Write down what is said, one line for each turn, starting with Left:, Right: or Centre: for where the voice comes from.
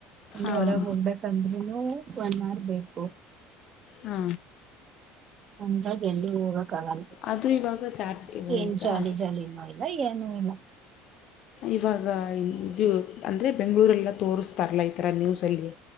Right: ಎಲ್ಲೂ
Left: ಹಾಂ
Right: ಹೊರಗೆ ಹೋಗ್ಬೇಕಾಂದ್ರೂನು ಒನ್ ಅವರ್ ಬೇಕು
Left: ಹಾ
Right: ಹಂಗಾಗಿ ಎಲ್ಲಿ ಹೋಗಕ್ಕ ಆಗಲ್ಲ
Left: ಆದರೂ ಇವಾಗ ಸ್ಯಾಟ್
Right: ಏನ್
Left: ಎಂತ
Right: ಜಾಲಿ ಜಾಲಿನೂ ಇಲ್ಲ ಏನುೂ ಇಲ್ಲ
Left: ಇವಾಗ ಇದು ಅಂದರೆ ಬೆಂಗಳೂರೆಲ್ಲ ತೋರಿಸ್ತಾರಲ್ಲ ಈ ಥರ ನ್ಯೂಸಲ್ಲಿ